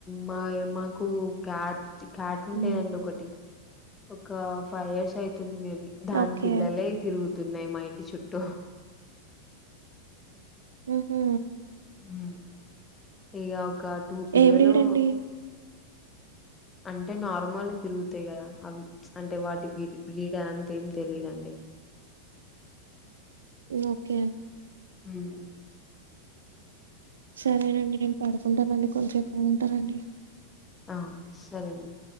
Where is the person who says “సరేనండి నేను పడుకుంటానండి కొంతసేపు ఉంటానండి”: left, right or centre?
Right